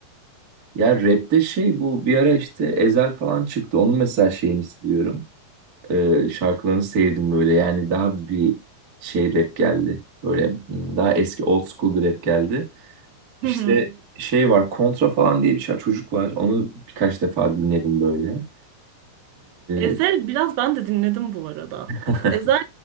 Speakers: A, on the right (about 50°); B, on the right (about 85°).
A: Ya rapte şey bu bir ara işte Ezel falan çıktı. Onun mesela şeyini seviyorum. Ee, şarkılarını sevdim böyle. Yani daha bir şey rap geldi. Böyle hmm, daha eski old school bir rap geldi. İşte
B: Hı hı.
A: şey var kontra falan diye bir şey- çocuk var. Onu birkaç defa dinledim böyle.
B: Ezel
A: Ee,
B: biraz ben de dinledim bu arada.
A: <laughs>
B: Ezel